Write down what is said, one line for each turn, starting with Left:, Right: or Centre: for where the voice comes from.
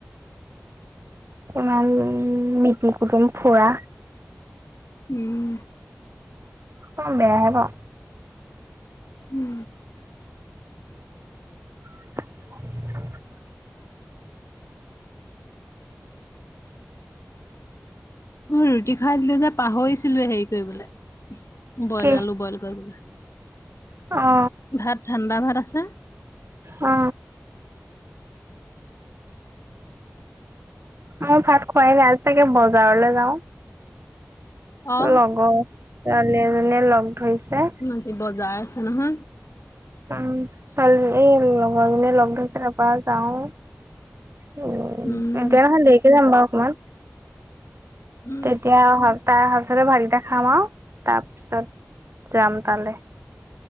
Right: ইমান মিতি কুটুম ফুৰা
Left: উম।
Right: <unintelligible>
Left: উম
Right: <unintelligible>
Left: মই ৰুটি খাই দিলো যে পাহৰিছিলোৱে হেৰি কৰিবলৈ বইল
Right: কি
Left: আলু বইল কৰিবলৈ।
Right: অ।
Left: ভাত ঠাণ্ডা ভাত আছে।
Right: অ মই ভাত খোৱাই <unintelligible> চাগে বজাৰলৈ যাওঁ।
Left: অ
Right: লগৰ ছোৱালী এজনীয়ে লগ ধৰিছে।
Left: আজি বজাৰ আছে নহয়।
Right: উম ছোৱালীজনী এই লগৰজনীয়ে লগ ধৰিছে তাৰপৰা যাওঁ এতিয়াখন
Left: উম,
Right: দেৰিকে যাম বাৰু অকমান।
Left: উম,
Right: তেতিয়া অহা তাই আহা পিছতে ভাত কেইটা খাম আৰু তাৰপিছত যাম তালৈ।